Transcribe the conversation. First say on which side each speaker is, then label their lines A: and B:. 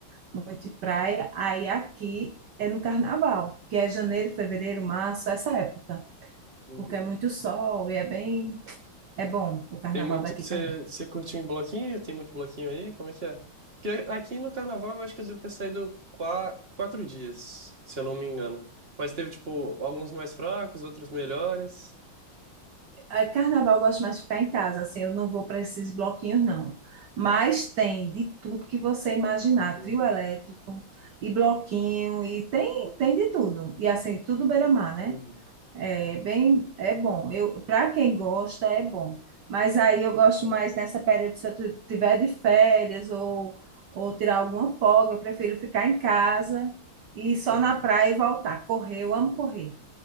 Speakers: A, on the right (about 60°); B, on the right (about 30°).
A: Muito de praia. Aí aqui é no carnaval, que é janeiro, fevereiro, março, essa época,
B: uhum.
A: porque é muito sol e é bem. É bom o carnaval
B: Tem muito.
A: daqui
B: Você
A: também.
B: você curtiu em bloquinho? Tem muito bloquinho aí? Como é que é? Porque aqui no carnaval eu acho que eu devo ter saído qua- quatro dias, se eu não me engano. Mas teve, tipo, alguns mais fracos, outros melhores.
A: Ah, Carnaval eu gosto mais de ficar em casa, assim, eu não vou para esses bloquinhos, não. Mas tem de tudo que você imaginar,
B: Uhum,
A: trio elétrico e bloquinho, e tem, tem de tudo. E assim, tudo beira-mar, né?
B: uhum,
A: É bem, é bom. Eu, para quem gosta, é bom. Mas aí eu gosto mais nessa período, se eu tu- tiver de férias ou, ou tirar alguma folga, eu prefiro ficar em casa e ir só
B: uhum,
A: na praia e voltar. Correr, eu
B: uhum.
A: amo correr.